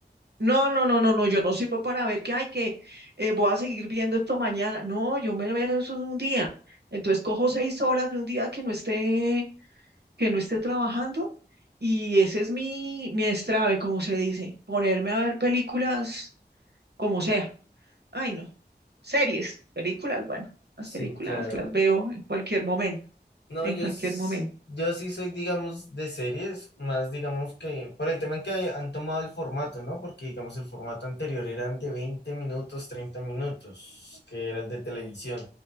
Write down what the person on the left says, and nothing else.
Sí,
claro.
No,
yo,
s-
yo sí soy, digamos, de series, más digamos que por el tema en que hay- han tomado el formato, ¿no? Porque, digamos, el formato anterior eran de 20 minutos, 30 minutos, que era el de televisión.